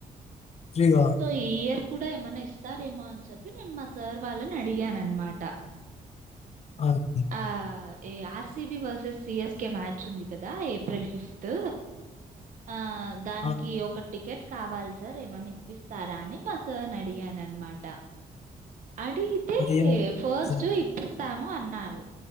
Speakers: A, on the left; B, on the right.
A: ఫ్రీగా
B: సో ఈ ఇయర్ కూడ ఏమన్నా ఇస్తారేమో అన్ చెప్పి నేను మా సార్ వాళ్ళని అడిగానన్నమాట.
A: ఆ! అండి.
B: ఆ ఏ R C B versus C S K match ఉంది కదా ఏప్రిల్ ఫిఫ్త్ ఆ దానికి
A: ఆ!
B: ఒక టికెట్ కావాలి సార్ ఏమన్నా ఇప్పిస్తారా అని మా సార్నీ అడిగానన్మాట. అడిగితే
A: ఏముంది
B: ఫస్ట్
A: సార్
B: ఇప్పిస్ స్తాము అన్నారు